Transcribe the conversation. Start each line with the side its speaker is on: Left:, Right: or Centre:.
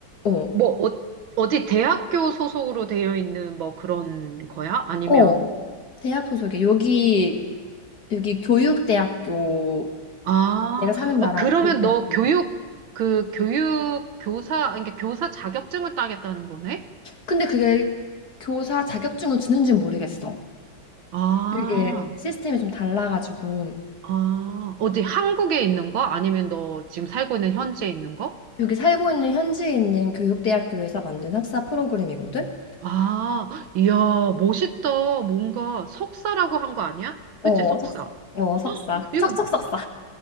Left: 어,
Right: 뭐, 어, 어디 대학교 소속으로 되어 있는 뭐 그런 거야? 아니면,
Left: 어, 대학 소속이 여기 여기 교육대학교
Right: 아,
Left: 내가 사는 나라
Right: 어, 그러면
Left: 교육대학교
Right: 너 교육, 그 교육, 교사, 아니, 그러니까 교사 자격증을 따겠다는 거네?
Left: 근데 그게 교사 자격증을 주는지는 모르겠어.
Right: 아,
Left: 그게 시스템이 좀 달라가지고
Right: 아, 어디 한국에 있는 거? 아니면 너 지금 살고 있는 현지에 있는 거?
Left: 여기 살고 있는 현지에 있는 교육대학교에서 만든 석사 프로그램이거든.
Right: 아, 이야, 멋있다. 뭔가 석사라고 한 거 아니야?
Left: 어,
Right: 그치, 석사.
Left: 석사. 어, 석사.
Right: 이거
Left: 척척 석사.